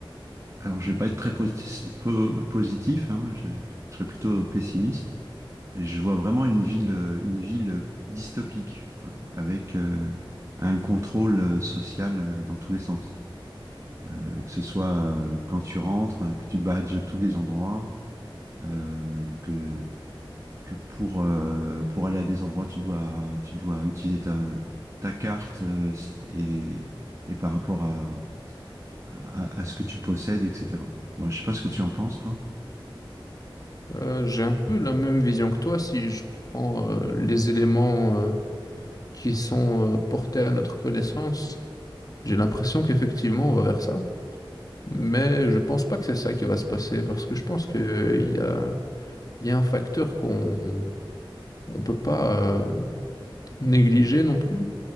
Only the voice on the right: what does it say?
Alors, je vais pas être très posi- po- positif, hein, je, je serais plutôt pessimiste. Et je vois vraiment une ville, euh, une ville dystopique, quoi, avec euh, un contrôle euh, social euh, dans tous les sens. Euh, que ce soit euh, quand tu rentres, euh, que tu badges tous les endroits, euh, que, que pour, euh, pour aller à des endroits, tu dois, tu dois utiliser ta, ta carte euh, si- et, et par rapport à, à, à ce que tu possèdes, etc. Bon, je sais pas ce que tu en penses, toi.